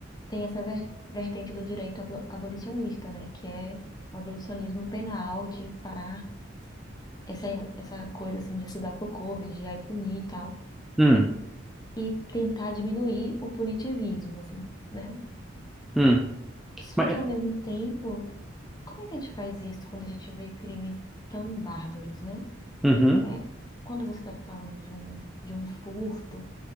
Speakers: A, on the left; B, in the centre.
A: tem essa ver- vertente do direito abo- abolicionista, né? Que é o abolicionismo penal, de parar essa, essa coisa, assim, de estudar Foucault, vigiar e punir e tal.
B: Hum,
A: E tentar diminuir o punitivismo, assim, né?
B: hum.
A: Só
B: Mas,
A: que
B: é,
A: ao mesmo tempo, como é que a gente faz isso quando a gente vê crimes tão bárbaros, né?
B: uhum.
A: É, quando você está falando de um, de um furto